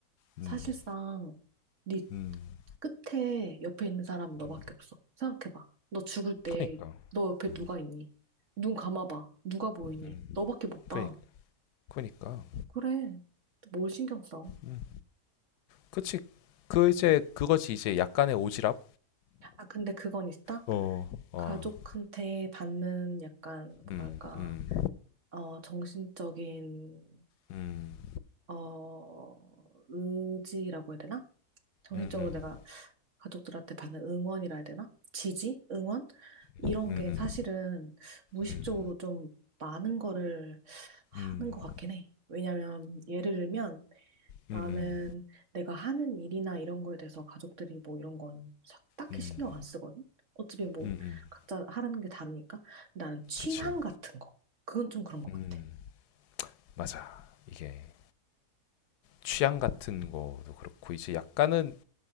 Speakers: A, on the left; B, on the right.
A: 음,
B: 사실상 네
A: 음,
B: 끝에 옆에 있는 사람 너밖에
A: 음.
B: 없어. 생각해봐. 너 죽을 때
A: 그니까,
B: 너 옆에
A: 음,
B: 누가 있니? 눈 감아봐. 누가 보이니?
A: 음,
B: 너밖에 못 봐.
A: 그니까, 그니까,
B: 그래. 뭘 신경 써?
A: 음, 그치, 그 이제 그거지 이제 약간의 오지랖,
B: 아, 근데 그건 있다?
A: 어, 어,
B: 가족한테 받는 약간,
A: 음,
B: 뭐랄까,
A: 음,
B: 어, 정신적인,
A: 음,
B: 어, 의지라고 해야 되나? 정신적으로
A: 음, 음,
B: 내가 가족들한테 받는 응원이라 해야 되나? 지지? 응원? 이런
A: 음, 음,
B: 게 사실은 무의식적으로
A: 음,
B: 좀 많은 거를
A: 음,
B: 하는
A: 음,
B: 것
A: 음,
B: 같긴 해. 왜냐면, 예를 들면, 나는
A: 음,
B: 내가 하는 일이나 이런 거에 대해서 가족들이 뭐 이런 건 사- 딱히
A: 음,
B: 신경 안 쓰거든? 어차피 뭐
A: 음, 음.
B: 각자 하라는 게 다르니까. 근데 나는 취향
A: 그치,
B: 같은 거. 그건 좀 그런 것
A: 음,
B: 같아.
A: 맞아, 이게 취향 같은 거도 그렇고 이제 약간은